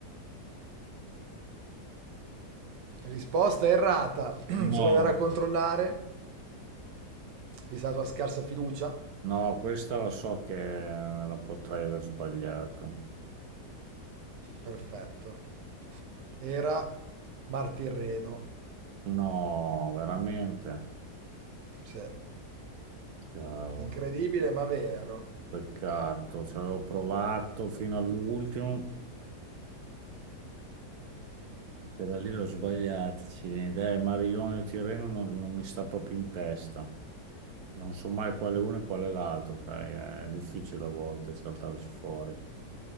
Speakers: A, on the right; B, on the right.
A: Risposta errata. <clears throat> Se
B: No,
A: vuoi andare a controllare, vista la tua scarsa fiducia,
B: no, questa la so che la potrei aver sbagliata.
A: perfetto. Era Mar Tirreno.
B: No, veramente.
A: Sì.
B: Cavolo,
A: Incredibile, ma vero.
B: peccato, ci avevo provato fino all'ultimo Quella lì l'ho sbagliata, accidenti. Eh, Marione o Tirreno non, non mi sta proprio in testa. Non so mai quale uno e quale l'altro, sai, è difficile a volte saltarci fuori.